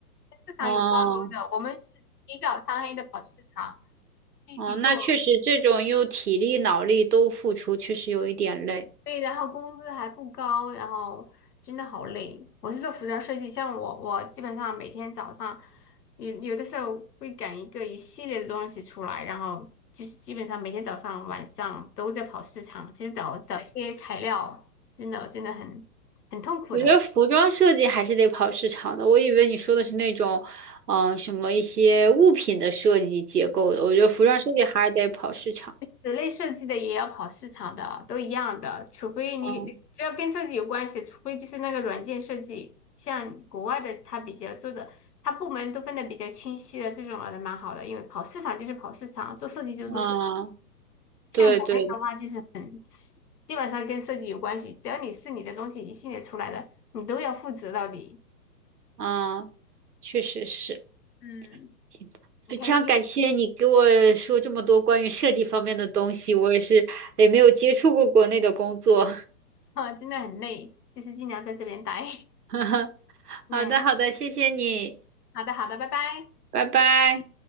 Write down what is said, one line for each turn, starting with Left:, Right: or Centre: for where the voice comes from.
Left: 跟市场有挂钩的。
Right: 哦、
Left: 我们是起早贪黑的跑市场，就比如说我
Right: 哦，那确实，这种又体力脑力都付出，确实有一点累。
Left: 对，然后工资还不高，然后真的好累。我是做服装设计，像我我基本上每天早上有有的时候会赶一个一系列的东西出来，然后就是基本上每天早上晚上都在跑市场，就是找找一些材料，真的真的很很痛苦的。
Right: 我觉得服装设计还是得跑市场的。我以为你说的是那种，呃，什么一些物品的设计结构的。我觉得服装设计还是得跑市场。
Left: 室内设计的也要跑市场的，都一样的，除非你你只要跟设计有关系，
Right: 嗯
Left: 除非就是那个软件设计，像国外的他比较做的，他部门都分得比较清晰的，这种还蛮好的，因为跑市场就是跑市场，做设计就是做设计。
Right: 嗯，
Left: 像国内的话，
Right: 对对，
Left: 就是很基本上跟设计有关系，只要你是你的东西一系列出来的，你都要负责到底。
Right: 嗯，确实是。
Left: 嗯，
Right: 行吧非常感谢你给我说这么多关于设计方面的东西，
Left: 很开心
Right: 我也是也没有接触过国内的工作。
Left: 啊，<laughs> 真的很累，就是尽量在这边待。
Right: <laughs> 好的好的，
Left: <laughs> 那
Right: 谢谢你，
Left: 好的，好的，拜拜。
Right: 拜拜。